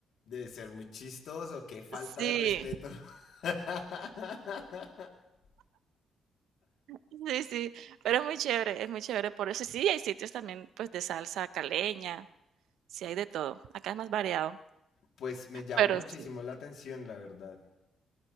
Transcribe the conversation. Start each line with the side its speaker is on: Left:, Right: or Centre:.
Left: Debe ser muy chistoso, qué falta
Right: Sí,
Left: de respeto. <laughs>
Right: sí, sí, pero es muy chévere, es muy chévere por eso, sí, hay sitios también, pues, de salsa caleña, sí hay de todo, acá es más variado,
Left: Pues me llama
Right: pero
Left: muchísimo
Right: sí.
Left: la atención, la verdad.